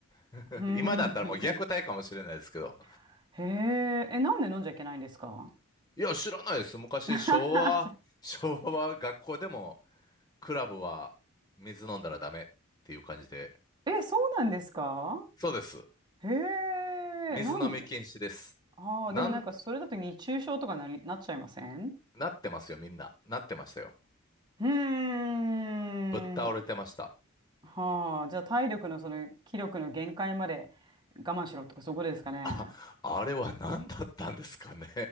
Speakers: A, on the left; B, on the right.
A: <laughs>
B: うーん。
A: 今だったらもう虐待かもしれないですけど。
B: <laughs> へえ、え、なんで飲んじゃいけないんですか
A: いや、知らないです。昔、
B: <laughs>
A: 昭和、昭和学校でも、クラブは水飲んだらダメっていう感じで。
B: え、そうなんですか
A: そうです。
B: へ
A: 水飲み禁止です。
B: え、なん、ああ、
A: なん、
B: でもなんかそれだと熱中症とかなり、なっちゃいません
A: なってますよ、みんな。なってましたよ。
B: うーん。
A: ぶっ倒れてました。
B: はあ、じゃあ体力のその気力の限界まで我慢しろとかそういうことですかね。
A: あ、あれは何だったんですかね。